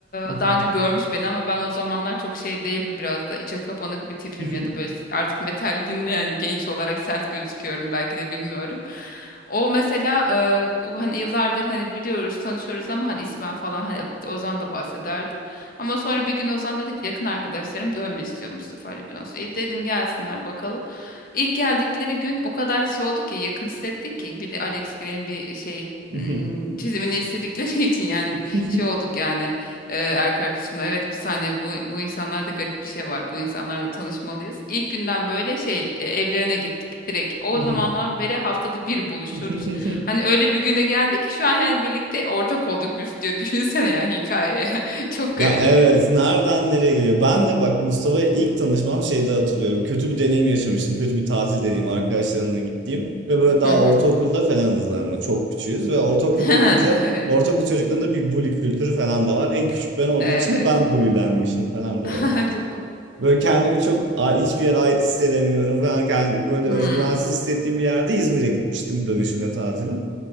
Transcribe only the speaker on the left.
e, daha önce görmüş beni ama ben o zamanlar çok şey değilim biraz da içe kapanık bir tipim
ya da böyle artık metal dinleyen genç olarak sert gözüküyorum belki de bilmiyorum. O mesela e, o hani yıllardır hani biliyoruz tanışıyoruz ama hani ismen falan hani Ozan da bahsederdi. Ama sonra bir gün Ozan dedik yakın arkadaşlarım dönme istiyor Mustafa Ali Jones. E, dedim gelsinler bakalım. İlk geldikleri gün o kadar şey oldu ki yakın hissettik ki bir de Alex Gray'in bir şey Hmm,
çizimini istedikleri <laughs> için yani bir
şey
olduk yani e, erkek arkadaşımla evet bir saniye bu bu insanlarda garip bir şey var bu insanlarla tanışmalıyız. İlk günden böyle şey e, evlerine gittik direkt o
zamandan
beri haftada bir buluşuyoruz.
Hani öyle bir güne geldik ki şu an yani birlikte ortak olduk biz diyor düşünsene ya hikaye <laughs> çok garip.
Hı hı.
<laughs>
Evet.
<laughs> Acaba.
Hmm.